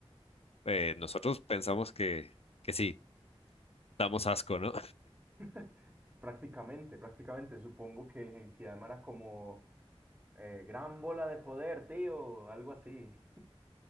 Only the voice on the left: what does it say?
eh, nosotros pensamos que, que sí, damos asco, ¿no?